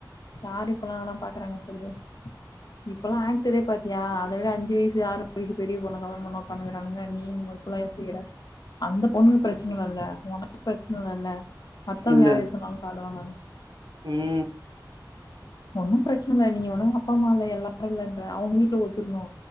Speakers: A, on the left; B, on the right.
A: யாரு இப்பலா அத ல்லா பாக்றாங்க சொல்லு இப்பெல்லா ஆக்டரே பாத்தியா அத விட அஞ்சு வயசு ஆறு வயசு பெரிய பொண்ண கல்யாணம் பண்ணு பண்ணுகிறானுங்க நீ இப்டிலா யோசிக்கிற அந்த பொண்ணுக்கு பிரச்சன இல்லல உனக்கு பிரச்சன இல்லல மத்தவங்க
B: இல்ல
A: யாரு
B: இல்ல
A: எது சொன்னாலு காதுல வாங்காத
B: ம்
A: ஒன்னு பிரச்சன இல்ல நீங்க வேணா அப்பா, அம்மா இல்ல எல்லாரு இல்லன்ற அவங்க வீட்ல ஒத்துக்கணு